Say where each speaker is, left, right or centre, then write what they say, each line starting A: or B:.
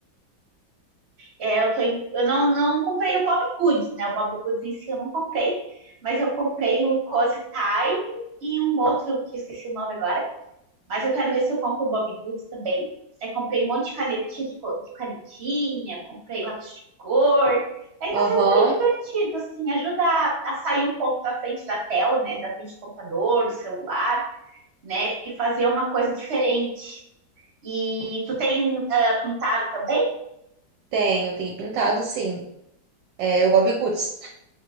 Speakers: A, on the right; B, on the right.
A: É, eu tô em- eu não, não comprei o Bob Goods, né? O Bob Goods em si eu não comprei, mas eu comprei o Cozy Time e um outro que eu esqueci o nome agora. Mas eu quero ver se eu compro o Bob Goods também. Aí comprei um monte de canetinha, de, co- de canetinha, comprei lápis de cor. Aí
B: Aham,
A: tá sendo bem divertido, assim, ajuda a, a sair um pouco da frente da tela, né? Da frente do computador, do celular, né? E fazer uma coisa diferente. E tu tem ah, pintado também?
B: tenho, tenho pintado sim. É o Bob Goods.